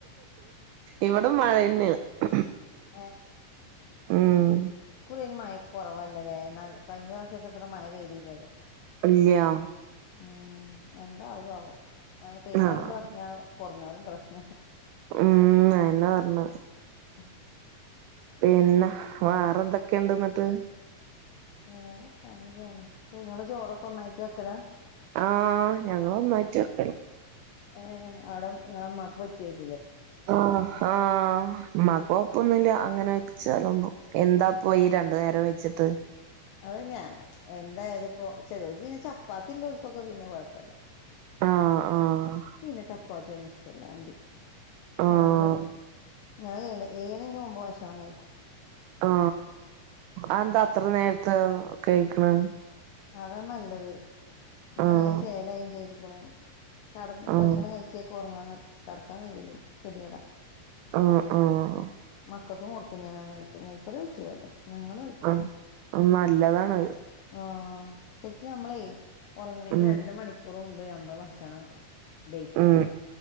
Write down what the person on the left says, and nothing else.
ഏഹ്
ഇക്കുറി മഴ കുറവല്ലല്ലേ കഴിഞ്ഞ വർഷത്തെത്ര മഴ പെയ്തില്ലല്ലോ
ഉം എന്താവ മയ പെയ്താലും
പ്രശ്ന കുറഞ്ഞാലും പ്രശ്ന
ഒക്കെ
വേറെ എത്താ അങ്ങനെപോണ് ഇങ്ങള് ചോറൊക്കെ ഒന്നായിട്ട് വെക്കലാ
ഏ അവിടെ ഇങ്ങളെ ഇമ്മാക്ക് പറ്റേക്കും
അതെ ഞാ എന്തായതി ഇപ്പോ ചെിലക്ക് പിന്നെ ചപ്പാത്തി ഉള്ളോൽക്ക് പിന്നെ കൊഴപ്പില്ല
ഇച്ച് പിന്നെ ചപ്പാത്തി ഒന്നും ഇഷ്ട്ടമില്ല അന്തിക്കെന്നും
ചോർതന്നെ കി ഞാൻ ഏഴ് ഏഴ്ണീന്റെ മുമ്പ് ഭക്ഷണം കഴിക്കും
അതാ നല്ലത് ഇക്ക്
അങ്ങനെ ചെയ്യലായയും ചെയ്ത്ക്ക്ണ് കടന്ന
ഭക്ഷണം കഴിച്ചേക്ക് ഉറങ്ങാൻ പറ്റും കടക്കാൻ കഴിയൂല കെതിയേടാ
മക്കൾക്കും കൊടുക്കും ഞാന നേരത്തെ മൂപ്പര് കയ്യ്ചൂലാട്ടോ ഞങ്ങള് കയിക്കും
ആ ആ ശരിക്കും നമ്മളേ ഉറങ്ങണീന്
രണ്ട മണിക്കൂർ മുമ്പ് ഞമ്മള് ഭക്ഷണം ദയിക്കണം